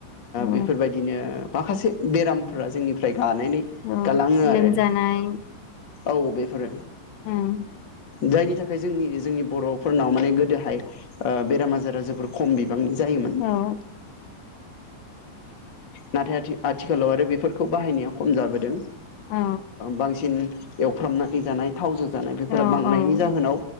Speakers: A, on the left; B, on the left.
A: औ
B: बेफोरबायदिनो माखासे बेरामफोरा जोंनिफ्राय गानानै
A: औ
B: गालाङो
A: लोमजानाय
B: आरो औ बेफोर
A: उम
B: जायनि थाखाय बे जोंनि जोंनि बर'फोरनाव माने गोद दोहाय बेराम आजारा जोबोर खम बिबांनि जायोमोन
A: औ औ
B: नाथाय आथिखालाव आरो बेफोरखौ बाहायनाया खम जाबोदों
A: औ
B: बांसिन एवफ्रामनानै जानाय थावजों जानाय बेफोर
A: औ
B: बांनायनि
A: औ
B: जाहोनाव